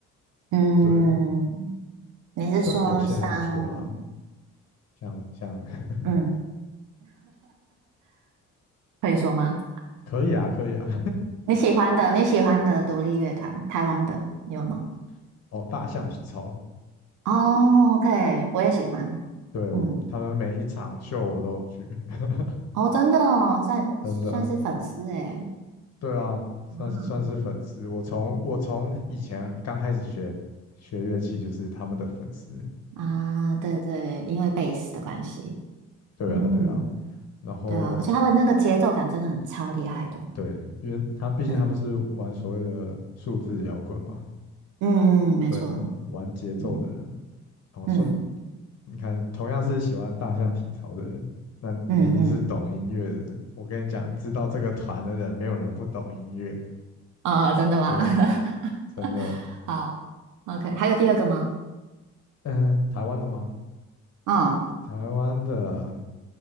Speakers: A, on the right (about 80°); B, on the left (about 55°).
A: 嗯，
B: 对，
A: 你是说像，
B: 虽然有些还不错啦，像像 <laughs>
A: 嗯，可以说吗？
B: 可以啊，可以啊。
A: 你喜欢的，你喜欢的独立乐团，台湾的你有吗？
B: <laughs> 哦，大象体操，
A: 哦，OK，我也喜欢。
B: 对，
A: 嗯，
B: 我他们每一场秀我都有去，<laughs>
A: 哦，真的哦，算算是粉丝诶。
B: 真的，对啊，算是算是粉丝。
A: 嗯
B: 我从我从以前刚开始学学乐器就是他们的粉丝，
A: 啊，对对，因为贝斯的关系。
B: 对啊对啊。
A: 嗯，
B: 然后
A: 对啊，而且他们那个节奏感真的很超厉害的。
B: 对，因为他们毕竟他们是玩所谓的数字摇滚嘛，
A: 嗯嗯嗯，没错。
B: 对，玩节奏的人。
A: 嗯
B: 然后说，
A: 嗯
B: 你看，同样是喜欢大象体操的人，那你一定是懂音乐的人。
A: 嗯嗯，嗯
B: 我跟你讲，知道这个团的人，没有人不懂音乐，
A: 啊，真的吗？
B: 对，真的。
A: <laughs> 好，OK，还有第二个吗？
B: 嗯，台湾的吗？
A: 嗯
B: 台湾的